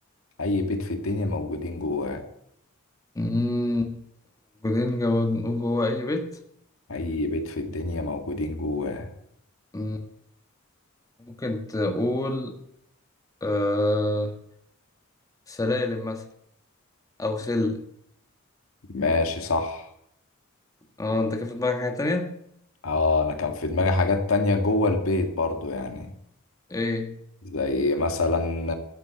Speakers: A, on the left; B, on the left.
A: أي بيت في الدنيا موجودين جواه
B: مم. بعدين جماد نقول جوه أي بيت
A: أي بيت في الدنيا موجودين جواه
B: مم. ممكن تقول آه سلالم مثلا او سل
A: ماشي صح
B: اه انت كان في دماغك حاجة تانية
A: اه أنا كان في دماغي حاجات تانية جوه البيت برضو يعني
B: ايه
A: زي مثلا